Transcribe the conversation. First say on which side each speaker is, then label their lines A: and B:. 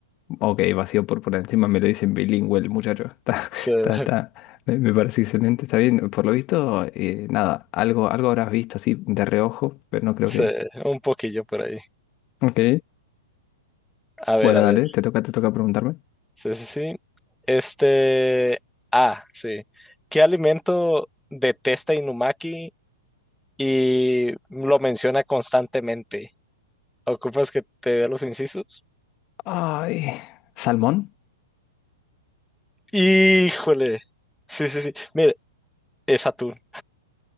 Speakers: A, on the left; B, in the centre.
A: Ok, vacío por por encima, me lo dicen bilingüe el muchacho. <laughs> Está,
B: Sí, <laughs>
A: está, está. Me, me parece excelente, está bien. Por lo visto, eh, nada, algo, algo habrás visto así de reojo, pero no creo
B: sí,
A: que.
B: un poquillo por ahí.
A: Ok.
B: A ver,
A: Bueno,
B: a ver.
A: dale, te toca, te toca preguntarme.
B: Sí, sí, sí. Este. Ah, sí. ¿Qué alimento detesta Inumaki y lo menciona constantemente? ¿Ocupas que te dé los incisos?
A: Ay, ¿salmón?
B: Híjole. Sí, sí, sí. Mire, es atún.